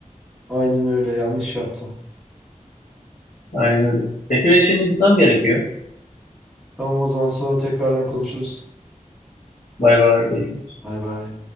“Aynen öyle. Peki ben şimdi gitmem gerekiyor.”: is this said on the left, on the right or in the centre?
Left